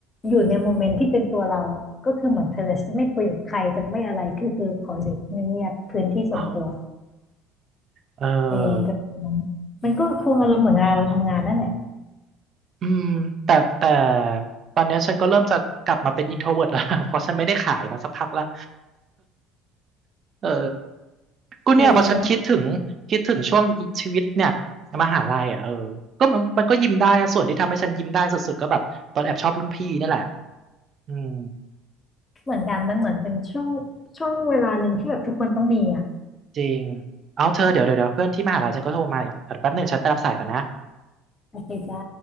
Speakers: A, on the left; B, on the right.
A: อยู่ในโมเมนต์ที่เป็นตัวเราอ่ะก็คือเหมือนเธอจะไม่คุยกับใครจะไม่อะไรก็คือขออยู่เงียบๆพื้นที่ส่วนตัว
B: อ๋อเออ
A: เออมันจะเป็นนั้นมันก็คงอารมณ์เหมือนเวลาเราทำงานนั่นแหละ
B: อืมแต่แต่ตอนเนี้ยฉันก็เริ่มจะกลับมาเป็น introvert แล้ว <laughs> เพราะฉันไม่ได้ขายมาสักพักแล้วเออก็เนี่ยพอฉันคิดถึงคิดถึงช่วงชีวิตเนี่ย
A: เออเนาะ
B: มหาลัยอ่ะเออก็มันมันก็ยิ้มได้นะส่วนที่ทำให้ฉันยิ้มได้สุดๆก็แบบตอนแอบชอบรุ่นพี่นี่แหละอืม
A: เหมือนกันมันเหมือนเป็นช่วงช่วงเวลาหนึ่งที่แบบทุกคนต้องมีอ่ะ
B: จริงเอาเธอเดี๋ยวเดี๋ยวเดี๋ยวเพื่อนที่มหาลัยฉันก็โทรมาอีกแป๊บหนึ่งฉันไปรับสายก่อนนะ
A: โอเคจ้า